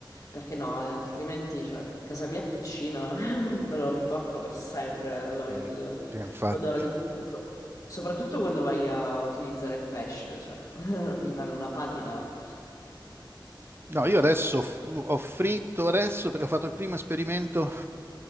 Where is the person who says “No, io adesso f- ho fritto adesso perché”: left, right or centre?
Right